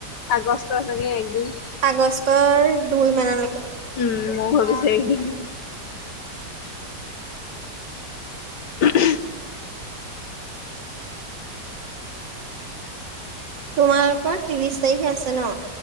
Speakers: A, on the left (about 70°); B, on the right (about 85°).
A: আগষ্টৰ চাগে একদিন।
B: আগষ্টৰ দুই মানলৈকে
A: উম মই ভাবিছে একদম। <unintelligible>
B: তোমালোকৰ ত্ৰিশ তাৰিখে আছে ন।